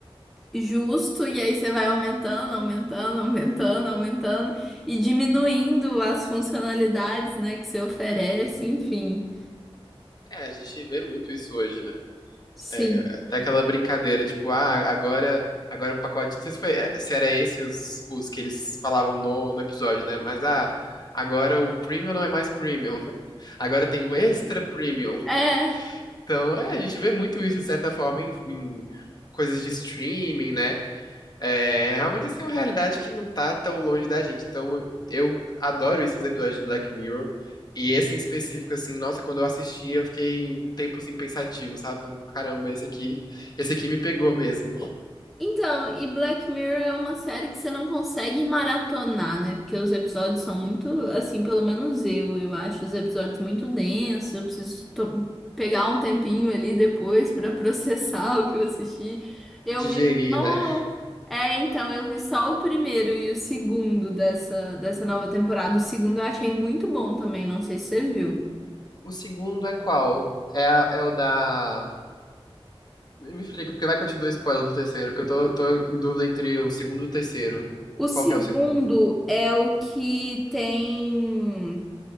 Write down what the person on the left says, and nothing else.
é, a gente vê muito isso hoje, né?
É, até aquela brincadeira, tipo, ah, agora, agora o pacote. Não sei se foi, eh, se era esse os, os que eles falavam no, no episódio, né? Mas ah, agora o premium não é mais premium. <laughs> Agora tem o extra premium.
Então, é, a gente vê muito isso, de certa forma, em, em coisas de streaming, né? É realmente assim é uma realidade que não tá tão longe da gente. Então eu adoro isso nos episódios de Black Mirror. E esse em específico, assim, nossa, quando eu assisti, eu fiquei um tempo assim pensativo, sabe? Falando, caramba, esse aqui, esse aqui me pegou mesmo.
Digerir,
né?
O segundo é qual? É, a- é o da. Me explica, porque vai que eu te dou spoiler do terceiro, porque eu tô, tô em dúvida entre o segundo e o terceiro.
Qual que é o segundo?